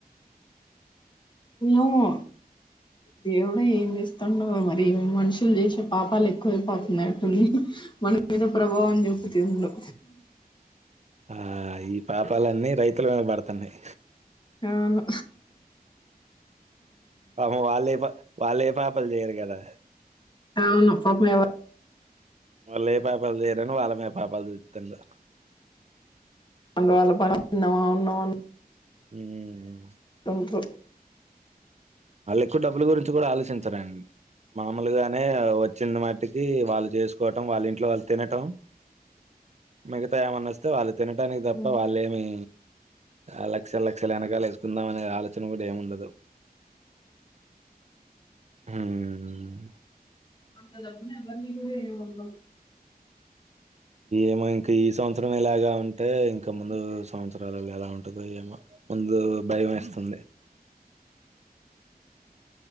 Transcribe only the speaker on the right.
ఆ
ఆ ఈ పాపాలన్నీ రైతులు మీద పడుతున్నాయి
పాపం వాళ్ళే ఏ పా వాళ్ళు ఏ పాపల్ చేయరు కదా
వాళ్ళు ఏ పాేపాలు తీయరని వాళ్ళ మీద పాేపాలు చూపుతుండు
మ్
వాళ్ళు ఎక్కువ డబ్బులుగురించి కూడా ఆలోచించరండి మామూలుగానే చిన్న మట్టికి వాళ్ళు చేసుకోవటం వాళ్ళ ఇంట్లో వాళ్ు తినటం మిగతా ఏమన్న వస్తే వాళ్ళు తినటానికి తప్ప
వాళ్ళేమి ఆ లక్షలు లక్షలు వెనకాల వేసుకుందాం అనే ఆలోచన కూడా ఏమి ఉండదు అం
ఏమో ఇం ఇంకా ఈ సంవత్సరమే ఇలాగా ఉంటే ఇంక ముందు సంవత్సరాలళ్ళో ఎలా ఉంటదుో ఏమో ముందు బయ మేస్తుంది